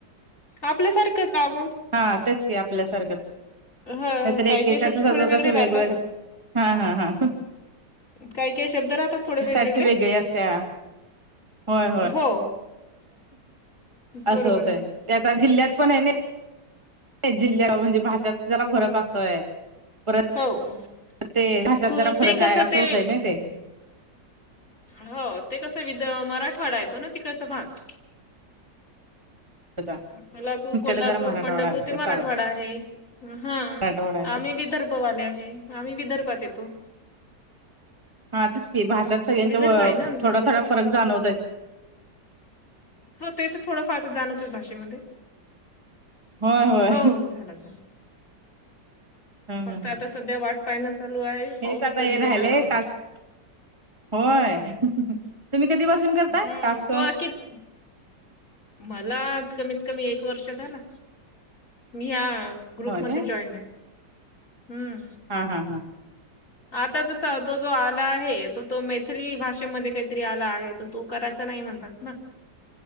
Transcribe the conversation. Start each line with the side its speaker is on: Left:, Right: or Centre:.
Left: आपल्यासारखं नॉर्मल.
Right: हा तेच की आपल्यासारखंच.
Left: ह
Right: नाहीतर
Left: काय
Right: एकेकाचं
Left: काय शब्द
Right: सगळं
Left: थोडे वेगळे
Right: कसं वेगवेगळं
Left: राहतात.
Right: हा हा हा
Left: काही काय शब्द राहतात थोडे
Right: साईडची
Left: वेगवेगळे.
Right: वेगळी असत्या होय होय
Left: हो. बरोबर
Right: असं होतय
Left: आहे
Right: ते आता जिल्ह्यात पण आहे नाही. जिल्ह्या म्हणजे भाषात जरा फरक असतोय परत
Left: हो <unintelligible>
Right: ते ढाषात
Left: तू
Right: जरा फरक
Left: ते
Right: आहे
Left: कसं
Right: असं
Left: ते
Right: होतय ना ते
Left: हो, ते कसं विद मराठवाडा येतो ना तिकडचा भाग
Right: त्याचा
Left: सोलापूर,
Right: इकडे
Left: कोल्हापूर,
Right: जरा मराठवाडा
Left: पंढरपूर,
Right: येत
Left: ते मराठवाडा
Right: सारा
Left: आहे. हा,
Right: मराठवाडा येत
Left: आम्ही विदर्भ वाले आहे आम्ही विदर्भात येतो
Right: हा तेच की भाषात
Left: हा
Right: सगळ्यांच्या
Left: विदर्भ आहे ना आमचं
Right: थोडा थोडा फरक जाणवतोयच
Left: हो ते तर थोडं फार तर जाणतय भाषेमध्ये
Right: होय होय
Left: हो हो झालं झालं
Right: हम्
Left: फक्त आता सध्या वाट पाहाणं चालू आहे
Right: हेच
Left: पाऊस
Right: आता
Left: कधी
Right: हे राहिलंय
Left: येणार
Right: टास्क होय, तुम्ही कधी पासून करताय
Left: हम्म
Right: टास्क
Left: तो अखित मला कमीत कमी एक वर्ष झालं, मी या
Right: होय
Left: ग्रुप मध्ये
Right: काय
Left: जॉईन ए, हम्म
Right: हा हा हां
Left: आता जसा तो जो आला आहे तो तो मैथली भाषेमध्ये काहीतरी आला आहे तर तो करायचा नाही म्हणतात ना